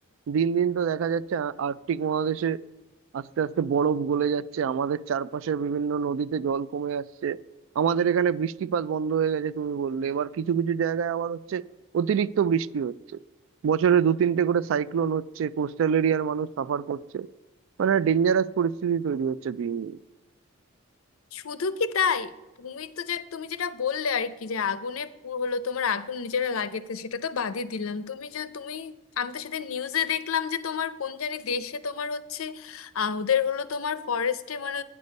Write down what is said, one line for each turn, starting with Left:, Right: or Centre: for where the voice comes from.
Right: দিন দিন তো দেখা যাচ্ছে আ- আর্কটিক মহাদেশে আস্তে আস্তে বরফ গলে যাচ্ছে আমাদের চারপাশের বিভিন্ন নদীতে জল কমে আসছে আমাদের এখানে বৃষ্টিপাত বন্ধ হয়ে গেছে তুমি বললে এবার কিছু কিছু জায়গায় আবার হচ্ছে অতিরিক্ত বৃষ্টি হচ্ছে বছরে দু তিনটে করে সাইক্লোন হচ্ছে কোস্টাল এরিয়ার মানুষ সাফার করছে মানে ডেঞ্জারাস পরিস্থিতি তৈরি হচ্ছে দিন দিন
Left: শুধু কি তাই তুমি তো যে তুমি যেটা বললে আর কি যে আগুনে পু- হলো তোমার আগুন নিজেরা লাগিয়েছে সেটা তো বাদই দিলাম তুমি যে তুমি আমি তো সেদিন নিউজে দেখলাম যে তোমার কোন জানি দেশে তোমার হচ্ছে আহ, ওদের হলো তোমার ফরেস্টে মানে